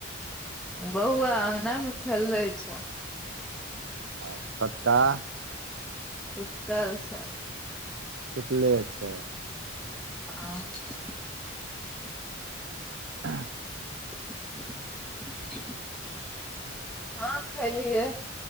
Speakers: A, in the centre; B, on the right.
A: बौआ अँगना मे खेलै छऽ।
B: आ छोटका-
A: सुतल छै।
B: सुतले छै?
A: हँ। <unintelligible>
B: एह
A: <unintelligible> हँ खेलियै